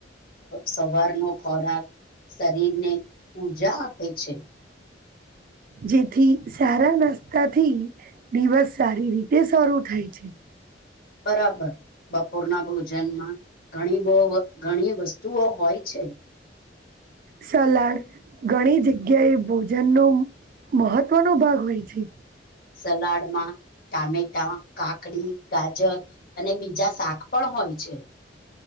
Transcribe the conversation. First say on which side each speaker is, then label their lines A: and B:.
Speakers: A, on the left (about 55°); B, on the right (about 50°).
A: સવારનો ખોરાક શરીરને ઊર્જા આપે છે.
B: જેથી સારા નાસ્તાથી દિવસ સારી રીતે શરૂ થાય છે.
A: બરાબર બપોરના ભોજનમાં ઘણી બવ ઘણી વસ્તુઓ હોય છે.
B: સલાડ ઘણી જગ્યાએ ભોજન નો મહત્વનો ભાગ હોય છે.
A: સલાડમાં ટામેટા, કાકડી, ગાજર અને બીજા શાક પણ હોય હોય છે.